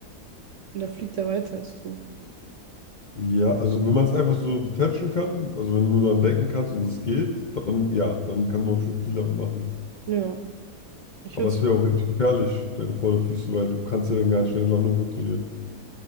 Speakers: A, on the right; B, on the left.
A: Und da fliegt er weiter als du.
B: Ja, also wenn man es einfach so detachen kann, also wenn du nur daran denken kannst und es geht, dann ja, dann kann man schon viel damit machen.
A: Ja, ich
B: Aber
A: würde
B: es wäre auch richtig gefährlich, deine Vorderfüße, weil du kannst ja dann gar nicht deine Landung kontrollieren.